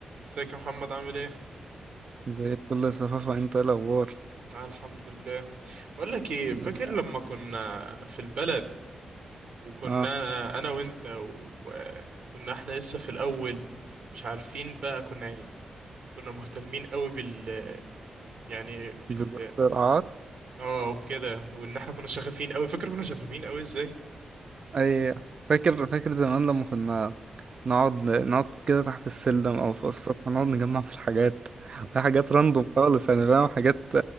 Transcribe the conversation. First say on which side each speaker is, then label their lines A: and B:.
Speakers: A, on the right; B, on the right.
A: ازيك يا محمد عامل ايه؟
B: زي الفل يا صفافة انت ايه الاخبار
A: آه الحمد لله بقول لك ايه
B: الحمد
A: فاكر
B: لله
A: لما كنا في البلد وكنا
B: اه
A: انا وانت وكنا احنا لسه في الاول مش عارفين بقى كنا يعني كنا مهتمين قوي بال يعني بال
B: بالاختراعات
A: اه وكده وان احنا كنا شغافين قوي فاكر كنا شغافين قوي ازاي؟
B: اي فاكر فاكر زمان لما كنا نقعد نقعد كده تحت السلم او في السطح نقعد نجمع في الحاجات في حاجات راندوم خالص يعني فاهم حاجات